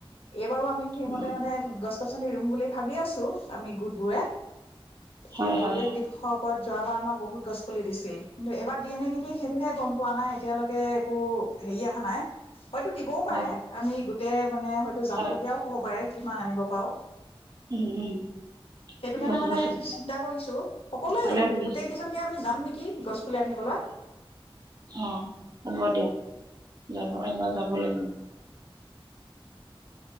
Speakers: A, on the left; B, on the right.
A: এইবাৰো আমি সেইমতে
B: উম,
A: মানে গছ গছনি ৰোম বুলি ভাবি আছোঁ, আমি গোটবোৰে। এতিয়া
B: হয়
A: পৰিৱেশ
B: হয় হয়,
A: দিৱস লগৰত যোৱাবাৰ আমাক বহুত গছ পুলি দিছিল কিন্তু এবাৰ দিয়ে নে নিদিয়ে সেইটোহে গম পোৱা নাই এতিয়ালৈকে একো হেৰি অহা নাই। হয়তো দিবও পাৰে
B: অ'
A: আমি এক মানে হয়তো যাব
B: হয়
A: লগীয়াও হ'ব পাৰে কিমান আনিব পাৰো
B: উম উম
A: সেইকাৰণে
B: গছ
A: মানে
B: গছনি
A: চিন্তা কৰিছো সকলোৱে
B: ভালে কৰিছে
A: গোটেই কেইজনীয়ে আমি যাম নেকি গছ পুলি আনিবলৈ
B: অ হ'ব দিয়াক যাব এইবাৰ যাবলৈ গাম